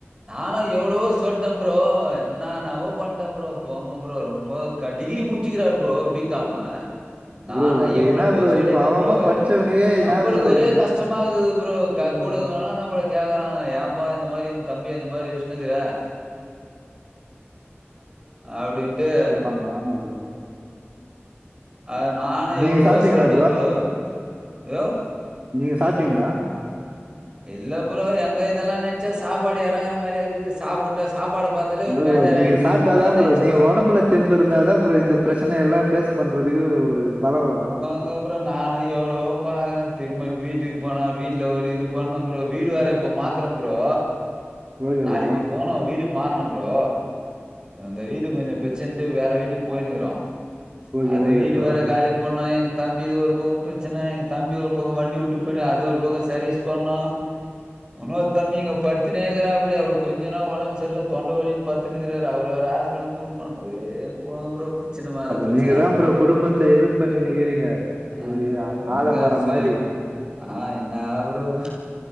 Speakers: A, on the right; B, on the right.
A: நானு எவ்ளோவோ சொல்ட்டே ப்ரோ என்னானவோ பண்ட்டே ப்ரோ போங்க ப்ரோ ரொம்ப க டிகிரி முட்ச்சுக்குறாரு ப்ரோ பி காமு நானு
B: ப்ரோ அது
A: எவ்வளவோ
B: என்ன ப்ரோ
A: சொல்லிட்டே
B: இப்போ அவன்
A: ப்ரோ
B: அவன் படிச்சவனுக்கே
A: நம்பளுக்கு
B: என்ன ப்ரோ
A: ஒரே
B: இது
A: கஷ்டமாருக்குது ப்ரோ க
B: ம்
A: கூட இருக்குறவலா நம்மளக் கேக்குறாங்க ஏப்பா இந்த மாரி வந்து தம்பிய அந்த மாரி வெச்சினுக்கிற அப்டின்ட்டு
B: அங்க ஆமா ப்ரோ
A: அத நானு
B: நீங்க
A: எவளவோ
B: சாப்பிட்டீங்களா
A: சொல்ட்டே ப்ரோ ப்ரோ
B: நீங்க சாப்ட்டீங்ளா
A: இல்ல ப்ரோ எங்க இதெல்லா நென்ச்சா சாப்பாடு எறங்குற மாரியாக்குது சாப்புட்டா சாப்பாட பாத்தாலே
B: ப்ரோ
A: ஒரு பேஜாராயிடுது
B: நீங்க சாப்பிட்டாதான்
A: இவனுங்களா நென்ச்சு
B: ப்ரோ நீங்க
A: பாத்தா
B: உடம்புல தெம்பு இருந்தா தா ப்ரோ இந்த பிரச்சனையெல்லா ஃபேஸ் பண்றதுக்கு ஒரு பல வரு
A: ங்க ப்ரோ நானு எவ்ளவோ பாக்றே திரும்ப வீட்டுக்கு போனா வீட்ல ஒரு இது பண்ணு ப்ரோ வீடு வேற இப்ப மாத் த்றம் ப்ரோ
B: ஓகே
A: நாளைக்கு
B: ப்ரோ
A: போனு வீடு மாற்ணு ப்ரோ இந்த வீடு கொஞ்ச பிரச்சனன்ட்டு வேற வீட்டுக்கு போயினுக்குறோ
B: ஓகே
A: அது
B: ஓகே
A: வீடு
B: ப்ரோ
A: வேற காலிப் பண்ணு எங்க தம்பி இது ஒரு பக்க பிரச்சன எங்க தம்பி ஒரு பக்க வண்டி வுட்டு போயி்ட்டு அது ஒரு பக்க சர்வீஸ் பண்ணு உன்னொரு தம்பி இங்க படுத்துனே இருக்குறாப்பு டி அவருக்கு கொஞ்ச நா ஒடம்பு செர்ல்ல தொண்ட வலினு பட்த்துனுக்குறாரு அவர வேற ஹாஸ்பிட்டலுக்கு கூட்னு போனு ஒரே போங்க ப்ரோ ச்சனன மேல
B: அப்ப
A: பிரச்சன
B: நீங்க தான் ப்ரோ குடும்பத்த இது பண்ணினுக்கிறீங்க.
A: ஆ
B: ஒரு ஆ-
A: ஒன்னுமே
B: ஆலமரம்
A: செய்ய
B: மாரி
A: மட்ல ஆ என்ன ப்ரோ வா